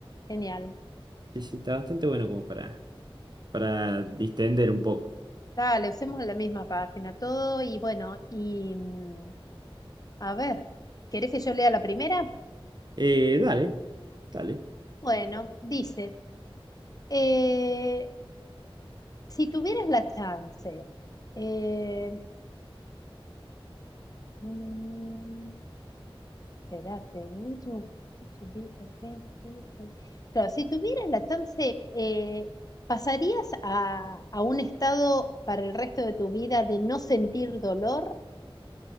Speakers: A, on the left; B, on the right.
A: Genial.
B: Sí sí, está bastante bueno como para, para distender un poco.
A: Dale, usemos la misma página, todo y bueno, y mm, a ver, ¿querés que yo lea la primera?
B: Eh, dale, dale.
A: Bueno, dice, eh, si tuvieras la chance, eh, mm, Espérate, would you want to be a friend with a- Claro, si tuvieras la chance, eh, ¿pasarías a, a un estado para el resto de tu vida de no sentir dolor?